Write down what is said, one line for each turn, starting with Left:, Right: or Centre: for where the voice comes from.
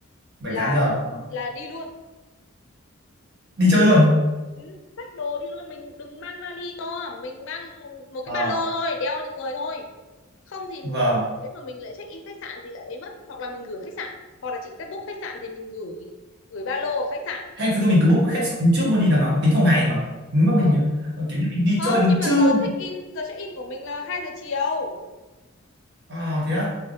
Right: 7
Left: là
Right: 8 giờ. Vâng.
Left: là đi luôn
Right: Đi chơi luôn.
Left: Ừ, xách đồ đi luôn mình đừng mang vali to mình mang một
Right: Ờ,
Left: cái ba lô thôi đeo trên người thôi không thì
Right: vâng.
Left: lúc đấy mà mình lại check in khách sạn thì lại ấy mất hoặc là mình gửi khách sạn hoặc là chị sẽ book khách sạn thì mình gửi gửi ba lô ở khách sạn
Right: Hay cứ thôi mình cứ book cái khách sạn trước luôn đi đằng nào nó tính theo ngày mà. Nếu mà mình
Left: ờ
Right: ờ, kiểu như mình đi
Left: không
Right: chơi đến
Left: nhưng mà
Right: trưa.
Left: giờ check in giờ check in của mình là hai giờ chiều
Right: À thế á.